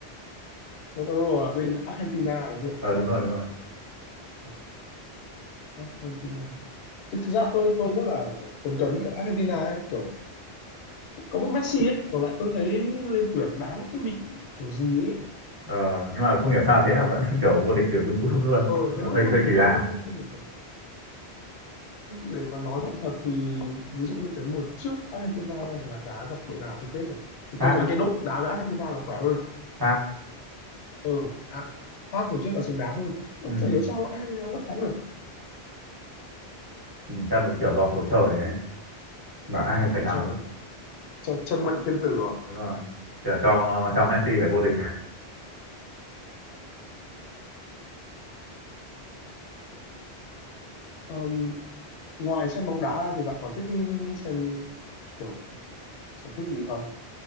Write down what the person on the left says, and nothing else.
Lautaro là bên Argentina đúng không nhỉ
ờ. Argentina Thực, thực ra tôi tôi rất là kiểu cấn cấn kiểu Argentina ấy, kiểu có một Messi ấy còn lại tôi thấy lên tuyển đá nó cứ bị kiểu gì ấy
ờ
thế mà
vô
địch
được
không không không, không được để mà nói mạnh thật thì ví dụ như cái mùa trước Argentina là đá gặp đội nào chung kết nhỉ thì
tôi thấy
cái đội đá với Argentina là khỏe hơn
ừ à, Pháp mùa trước là xứng đáng hơn Tôi
chả hiểu sao Argentina vẫn thắng được
ờ
do ý
trời chân, chân mệnh thiên tử rồi
Ờm, ngoài xem bóng đá ra thì bạn còn thích xem kiểu sở thích gì không